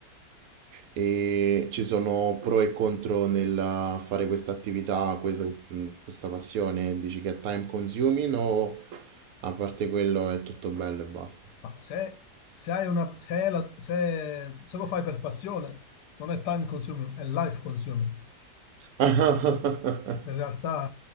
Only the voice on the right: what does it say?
E ci sono pro e contro nel fare questa attività, questa, mm, questa passione? Dici che è time consuming o a parte quello è tutto bello e basta?
<laughs>